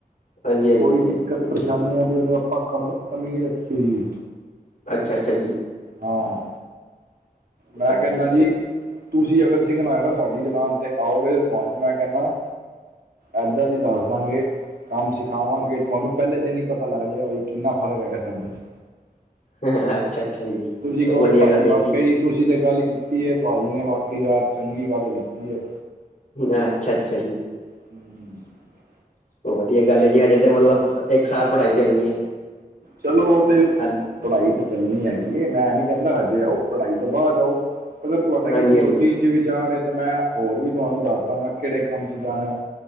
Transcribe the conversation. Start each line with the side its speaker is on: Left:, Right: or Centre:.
Left: ਹਾਂਜੀ ਹਾਂਜੀ
Right: ਕੋਈ
Left: ਜੀ
Right: ਦਿੱਕਤ
Left: ਠੀਕ
Right: ਪਰੇਸ਼ਾਨੀ
Left: ਹੈ ਜੀ
Right: ਆ ਦੀ ਉਹਨੂੰ- ਆਪਾਂ ਕਮ ਕਮੀ ਨਹੀ ਰੱਖੀ ਹੋਈ਼।
Left: ਅੱਛਾ, ਅੱਛਾ ਜੀ।
Right: ਹਾਂ ਮੈਂ
Left: ਅੱਛਾ
Right: ਕਹਿੰਦਾ
Left: ਅੱਛਾ
Right: ਜੀ- ਤੁਸੀਂ ਅਗਰ ਸਿਖਨਾ ਹੋਏਗਾ ਸਾਡੀ ਦੁਕਾਨ ਤੇ ਆਓਗੇ, ਤੇ ਤੁਹਾਨੂੰ ਮੈਂ ਕਹਿੰਦਾ- ਏਦਾਂ ਦੀ ਦੱਸ ਦਵਾਂਗੇ- ਕੰਮ ਸਿਖਾਵਾਂਗੇ ਤੁਹਾਨੂੰ ਪਹਿਲੇ ਦਿਨ ਹੀ ਪਤਾ ਲੱਗ ਜਾਏਗਾ ਬਿ ਕਿੰਨਾ ਫ਼ਰਕ ਹੈਗਾ ਸਾਡੇ ਚ।
Left: ਹ ਅੱਛਾ ਅੱਛਾ ਜੀ
Right: ਤੁਸੀਂ ਕਹੋਗੇ
Left: ਵਧੀਆ
Right: ਭਾਜੀ
Left: ਗੱਲ
Right: ਵਾਕਈ
Left: ਹੈ ਜੀ।
Right: ਤੁਸੀਂ ਤਾਂ ਗੱਲ ਕੀਤੀ ਹੈ ਭਾਜੀ ਨੇ ਵਾਕੇ ਯਾਰ ਚੰਗੀ ਗੱਲ ਕੀਤੀ ਹੈ।
Left: ਅੱਛਾ, ਅੱਛਾ ਜੀ।
Right: <unintelligible>
Left: ਉਹ ਵਧੀਆ ਗੱਲ ਹੈਜੀ। ਹਜੇ ਤੇ ਮਤਲਬ ਇੱਕ ਸਾਲ ਪੜ੍ਹਾਈ ਚੱਲਣੀ ਹੈ।
Right: ਚਲੋ ਉਹ ਤੇ-
Left: ਹਲ
Right: ਪੜ੍ਹਾਈ ਤਾਂ ਚੱਲਣੀ ਹੈਗੀ ਏ, ਮੈਂ ਨੀ ਕਹਿੰਦਾ ਹਜੇ ਆਓ ਪੜ੍ਹਾਈ ਤੋਂ ਬਾਅਦ ਆਓ। ਅਗਰ ਤੁਹਾਡਾ
Left: ਹਾਂਜੀ
Right: ਕਿਸੇ
Left: ਹਾਂਜੀ
Right: ਹੋਰ ਚੀਜ਼ ਚ ਵਿਚਾਰ ਏ, ਤਾਂ ਮੈਂ ਹੋਰ ਵੀ ਤੁਹਾਨੂੰ ਦੱਸ ਦਾਂਗਾ। ਕਿਹੜੇ ਕੰਮ ਚ ਜਾਣਾ,